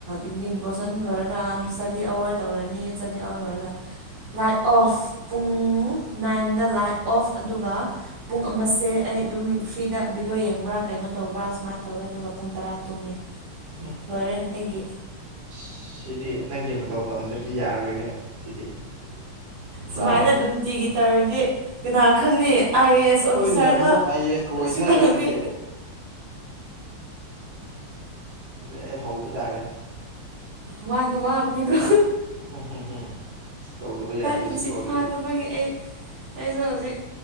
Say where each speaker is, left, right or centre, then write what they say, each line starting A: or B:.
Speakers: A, on the right; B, on the right.
A: ꯏꯚꯤꯅꯤꯡ ꯗꯤꯄꯣꯁꯟ ꯂꯣꯏꯔꯒ ꯏꯁꯇꯗꯤ ꯑꯋꯥꯔ ꯇꯧꯔꯅꯤ ꯏꯁꯇꯗꯤ ꯑꯋꯥꯔ ꯂꯣꯏꯔꯒ ꯂꯥꯏꯠ ꯑꯣꯐ ꯄꯨꯡ ꯅꯥꯏꯟꯗ ꯂꯥꯏꯠ ꯑꯣꯐ ꯑꯗꯨꯒ ꯄꯨꯡ ꯑꯃꯁꯦ ꯑꯩ ꯑꯗꯨꯝ ꯐ꯭ꯔꯤꯗ ꯕꯤꯗꯤꯑꯣ ꯌꯦꯡꯕ꯭ꯔꯥ ꯀꯩꯅꯣ ꯇꯧꯕ꯭ꯔꯥ ꯁꯨꯃꯥꯏꯅ ꯇꯧꯋꯦ ꯑꯗꯨꯒ ꯄꯨꯡ ꯇꯔꯥ ꯇꯨꯝꯃꯦ
B: <unintelligible>
A: ꯂꯣꯢꯔꯦ ꯑꯩꯒꯤ
B: ꯑꯁ ꯁꯤꯗꯤ ꯅꯪꯒꯤ ꯃꯇꯧ ꯇꯝꯗ꯭ꯔꯗꯤ ꯌꯥꯔꯔꯣꯏꯍꯦ ꯁꯤꯗꯤ ꯄꯨꯔꯥ
A: ꯁꯨꯃꯥꯏꯅ ꯅꯨꯡꯇꯤꯒꯤ ꯇꯧꯔꯗꯤ ꯀꯅꯥ ꯈꯪꯅꯤ ꯑꯥꯏ ꯑꯦꯁ ꯑꯣꯐꯤꯁꯥꯔꯒ
B: ꯍꯣꯏꯅꯦ ꯑꯃꯨꯛ ꯑꯥꯏ ꯑꯦꯁꯀ ꯑꯣꯏꯊꯔꯛꯑꯗꯤ
A: ꯁꯤ ꯂꯥꯡꯗꯦ
B: ꯑꯗꯨ ꯑꯩ ꯍꯧꯕ ꯇꯥꯔꯦ
A: ꯋꯥꯗꯤ ꯋꯥꯕꯅꯤꯒ
B: ꯎꯝ ꯎꯝ ꯎꯝ ꯇꯧꯗꯕ ꯌꯥꯗ꯭ꯔꯤ
A: ꯇꯨꯝꯁꯤꯠ
B: ꯁꯤꯐꯥꯎꯗꯤ
A: ꯐꯥꯗꯕꯒꯤ ꯑꯩ ꯑꯩꯁꯨ ꯍꯧꯖꯤꯛ